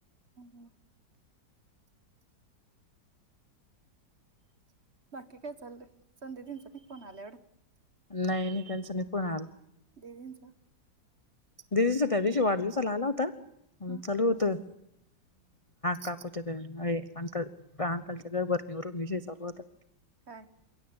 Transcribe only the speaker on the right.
हम् हम. बाकी काय चाललंय. संध्याजींचा बी फोन आलाय वाटतं.
दीदींचा?
ह
काय?